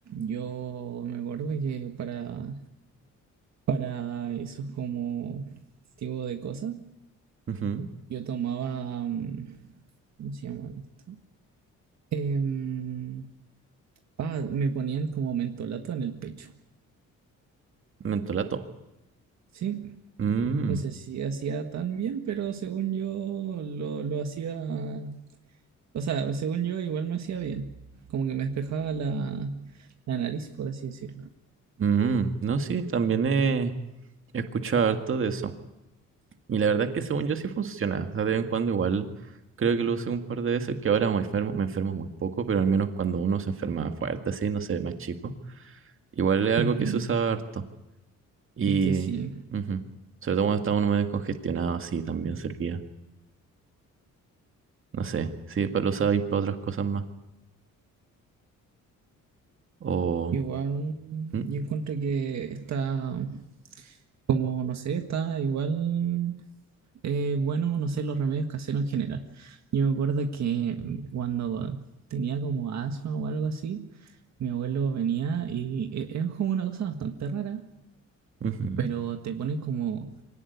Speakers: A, on the right; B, on the right.
A: Yo me acuerdo que para, para esos como tipo de cosas,
B: Ujú.
A: yo tomaba, mm, ¿cómo se llama esto? Em, ah, me ponían como mentolato en el pecho.
B: Mentolato.
A: Sí,
B: Mm,
A: no sé si hacía tan bien, pero según yo lo, lo hacía, o sea, según yo igual me hacía bien, como que me despejaba la, la nariz, por así decirlo.
B: mm, No, sí, también he he escuchado harto de eso. Y la verdad es que según yo sí funciona. O sea, de vez en cuando igual creo que lo usé un par de veces, que ahora me enfermo, me enfermo muy poco, pero al menos cuando uno se enferma fuerte, así, no sé, más chico, igual es algo
A: Ujú.
B: que se usaba harto. Y
A: Es que sí,
B: ujú, sobre todo cuando estaba uno medio congestionado, así también servía. No sé, sí, pa- lo usaba y para otras cosas más. O...
A: igual
B: mm,
A: yo encuentro que está, como no sé, está igual eh, bueno, no sé, los remedios caseros en general. Yo me acuerdo que mm, cuando tenía como asma o algo así, mi abuelo venía y e- es como una cosa bastante rara,
B: ujú,
A: pero te ponen como